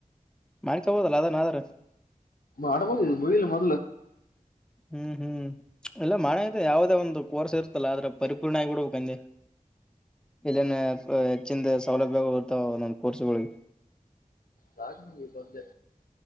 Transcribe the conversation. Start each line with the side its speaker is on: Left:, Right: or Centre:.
Centre: ಮಾಡ ತ ಹೋದಲ್ಲ ಅದನ್ ಅದ್ರ
Left: ಅಡಬದು ಇದು ಮಯಿಲು ಮ
Centre: ಹ್ಮ್ ಹ್ಮ್ ಎಲ್ಲ ಮಾಡತೆ ಯಾಾವದೇ ಒಂದು ಲ್ಲ ಆದ್ರ ಪರಿಪೂರ್ಣ ಆ ಕಡಬೇಕಂದೆ ಇನ ಹೆಚ್ಚಂದ ಸೌಲಭ್ಯ ನ ಕೋರ್ಸಗಳಿ
Left: ರಾಗ ನಮಂಗ ಇದುದ್ದೆ